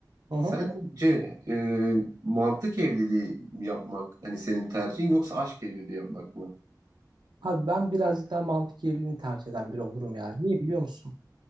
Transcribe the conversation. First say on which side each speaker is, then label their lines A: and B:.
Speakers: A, on the right; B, on the right.
A: hı hı.
B: sence e, mantık evliliği mi yapmak hani senin tercihin yoksa aşk evliliği yapmak mı?
A: Abi ben birazcık daha mantık evliliğini tercih eden biri olurum yani. Niye biliyor musun?